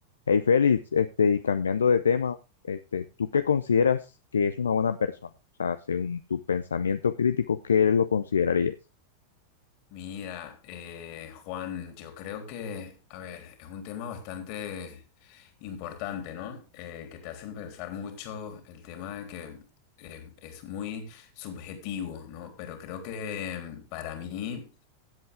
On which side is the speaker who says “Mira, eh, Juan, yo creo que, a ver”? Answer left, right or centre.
Left